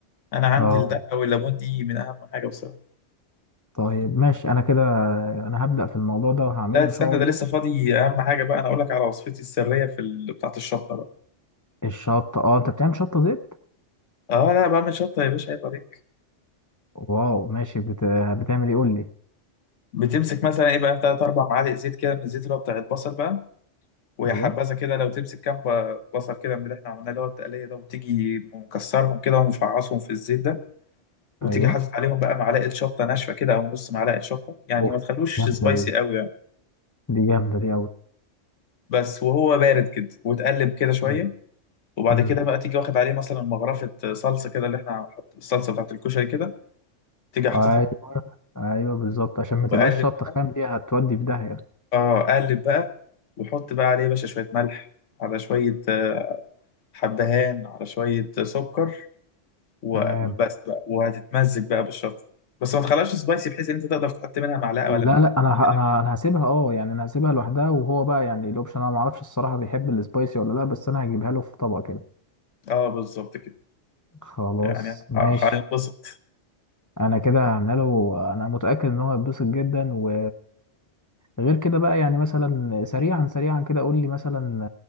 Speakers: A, on the left; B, on the left.
A: انا عندي
B: اه
A: الدقه والليمون دي من اهم حاجه بصراحه
B: طيب ماشي انا كده انا هبدا في الموضوع ده وهعمله
A: لا استنى
B: ان شاء الله
A: ده لسه فاضي اهم حاجه بقى انا اقول لك على وصفتي السريه في ال... بتاعه الشطه بقى
B: الشطه اه انت بتعمل شطه زيت
A: اه لا بعمل شطه يا باشا عيب عليك
B: واو ماشي بت... بتعمل ايه قول لي
A: بتمسك مثلا ايه بقى تلات اربع معالق زيت كده من الزيت اللي هو بتاع البصل بقى ويا
B: ايوه
A: حبذا كده لو تمسك كام ب- بصل كده من اللي احنا عملناه اللي هو التقليه ده وتيجي مكسرهم كده ومفعصهم في الزيت ده وتيجي
B: ايوه
A: حاطط عليهم بقى معلقه شطه ناشفه كده او نص معلقه شطه يعني
B: اوف
A: ما تخلوش
B: جامده
A: سبايسي
B: دي
A: قوي يعني
B: دي جامده دي
A: بس وهو بارد كده وتقلب كده شويه
B: قوي
A: وبعد
B: امم
A: كده بقى تيجي واخد عليه مثلا مغرفه صلصه كده اللي احنا حط الصلصه بتاعت الكشري كده تيجي حاططها
B: اي ايوه بالظبط عشان ما تبقاش
A: واقلب
B: شطه
A: بقى
B: خام دي هتودي في داهيه
A: اه اقلب بقى واحط بقى عليه يا باشا شويه ملح على شويه آه، حبهان على شويه آه، سكر و-
B: تمام
A: وبس بقى وهتتمزج بقى بالشطه دي بس ما تخليهاش سبايسي بحيث ان انت تقدر تحط منها معلقه
B: لا
A: ولا معلقتين
B: لا انا ه-
A: كده
B: انا انا هسيبها اه يعني انا هسيبها لوحدها وهو بقى يعني الاوبشن انا ما اعرفش الصراحه بيحب السبايسي ولا لا بس انا هجيبها له في طبق كده
A: اه بالظبط كده
B: خلاص
A: يعني
B: ماشي
A: ه- هينبسط
B: انا كده هعملها له انا متاكد ان هو هيتبسط جدا و غير كده بقى يعني مثلا سريعا سريعا كده قول لي مثلا